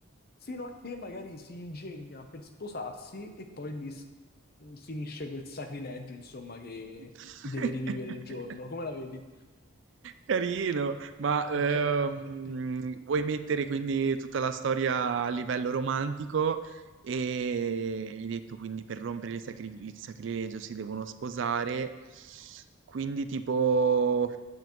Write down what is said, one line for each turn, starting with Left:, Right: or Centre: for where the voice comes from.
Left: fino a che magari si ingegna per sposarsi e poi lì s- finisce quel sacrilegio, insomma, che
Right: <laughs>
Left: deve rivivere il giorno. Come la vedi?
Right: Carino, ma ehm,
Left: Ok? Dimmi.
Right: vuoi mettere quindi tutta la storia a livello romantico e hai detto quindi per rompere il, sacri- il sacrilegio si devono sposare, quindi tipo